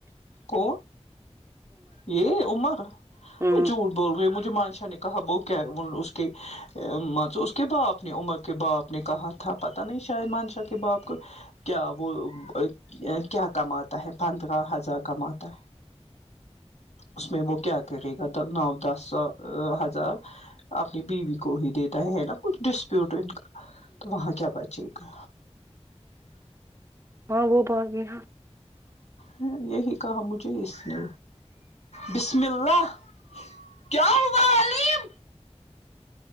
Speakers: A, on the left; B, on the right.
A: کون یہ عمر
B: ہوں
A: وہ جھوٹ بول گئے مجھے مانشاہ نے کہا وہ کیا اس کے م اس کے باپ نے عمر کے باپ نے کہا تھا پتہ نہیں شاید مانشا کے باپ کو کیا بولو وہ کیا کماتا ہے پندرہ ہزار کماتا ہے اس میں وہ کیا کرے گا نو دس سو ہزار اپنی بیوی کو ہی دیتا ہے نا کچھ ڈسپیوٹ تو وہاں کیا بچے گا
B: ہاں وہ تو ابھی نہ
A: ہاں یہی کھا مجھے اس نے بسم اللہ کیا ہوا علیم